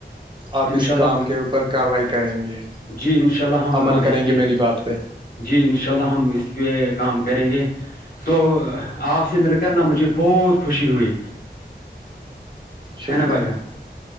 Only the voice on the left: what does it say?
ان
شاء اللہ
جی ان شاء اللہ ہم
اس
کے
جی انشاء اللہ ہم اس پہ کام کریں گے تو آپ سے مل کر نہ مجھے بہت خوشی ہوئی
ہے نا بھائی جان